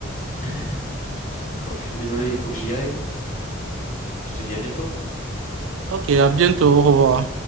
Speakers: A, on the left; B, on the right.
A: <laughs> Bon, je suis désolé, il faut que j'y aille. Je te dis à bientôt.
B: Ok, à bientôt. Au revoir.